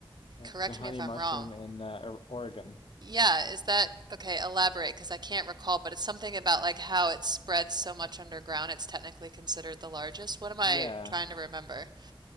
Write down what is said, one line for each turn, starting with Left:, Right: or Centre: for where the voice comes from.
Left: Uh,
Right: correct
Left: it's a honey
Right: me if I'm
Left: mushroom
Right: wrong.
Left: in uh, Or- Oregon.
Right: Yeah, is that okay? Elaborate, because I can't recall, but it's something about like how it spreads so much underground, it's technically considered the largest. What am I
Left: Yeah,
Right: trying to remember?